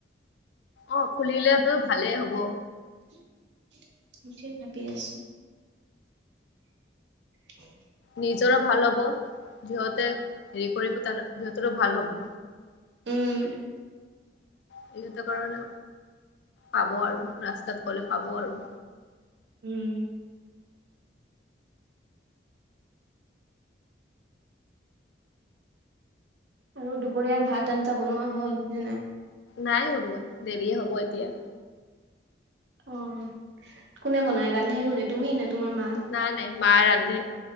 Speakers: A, on the left (about 70°); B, on the right (about 75°).
A: অ' খুলিলেটো ভালে হ'ব।
B: সেইটোৱে ভাবি আছোঁ। <inaudible>
A: নিজৰো ভাল হব সিহঁতে হেৰি কৰিব তাৰ - সিহঁতৰো ভাল হ'ব।
B: উম।
A: সিহঁতৰ কাৰণে পাব আৰু ৰাস্তাত গলে পাব আৰু।
B: উম। আৰু দুপৰীয়াৰ ভাত-আঞ্জা বনোৱা হ'ল নে নাই?
A: নাই উৰুৱা দেৰিয়ে হ'ব এতিয়া।
B: অ কোনে বনায় ৰান্ধে কোনে তুমি নে তোমাৰ মা?
A: নাই নাই মায়ে ৰান্ধে।